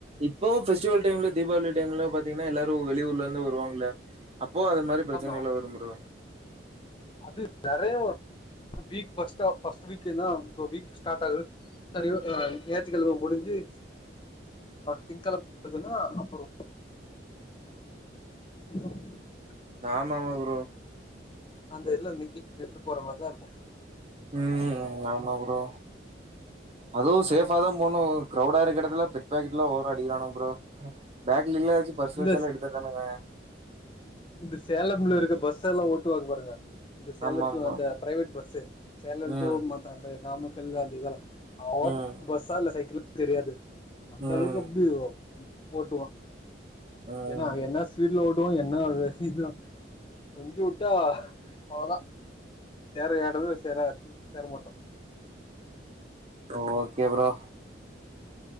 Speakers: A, on the right (about 35°); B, on the left (about 25°).
A: இப்போ ஃபெஸ்டிவல் டைம்ல தீபாவளி டைம்ல பாத்தீங்கன்னா எல்லாரு வெளியூர்ல வருவாங்களே அப்ப இப்போ அது மாரி பிரச்சனை
B: ஆமா
A: எல்லாம் வரும் புரோ
B: அது நெறைய <inaudible> வீக் ஃபஸ்ட் ஆப் வீக்ன இப்ப வீக் ஸ்டாட் ஆகுது செரி நேத்திக்கிழம முடிஞ்சி திங்கிழம வருதுன்னா அப்பறோ <unintelligible> <inaudible>
A: ஆமாமா புரோ
B: அந்த <unintelligible> எட்டு போற மாரிதா இருக்கு
A: ம் ஆமா ப்ரோ அதுவு சேஃபா தா போணு க்ரௌடா இருக்கற இடத்துல பிக் பாக்கெட் எல்லா ஓவரா அடிகிறானு ப்ரோ பேக்லெலாகீழ வச்சி பர்ஸ்
B: இந்த
A: வச்சால்லா எடுத்துறானுங்க
B: இந்த சேலம்ல இருக்க பஸ் எல்லா ஓட்டு வாங்க பாருங்க இந்த சேலத்துல
A: ஆமா ஆமா
B: அந்த பிரைவேட் பஸ்சு சேலம்
A: ம்
B: டூ அந்த நாமக்கல் <unintelligible>
A: ம்
B: <unintelligible> பஸ்ஸா இல்ல சைக்கிள் தெரியாது அந்தலவுக்கு
A: ம்
B: அப்டி ஓட்டுவா
A: ம்
B: ஏன்னா என்ன ஸ்பீடுல ஓடுவோ என்னாது இது கொஞ்சோ விட்டா அவ்ளதா சேர இடது சேர அது சேர மாட்டோ
A: ஓகே ப்ரோ